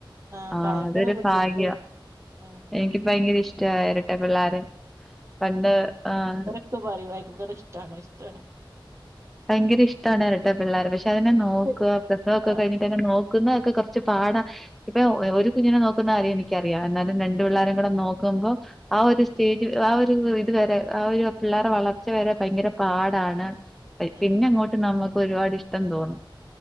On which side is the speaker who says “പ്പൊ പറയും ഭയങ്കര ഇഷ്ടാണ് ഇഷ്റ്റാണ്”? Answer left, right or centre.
Right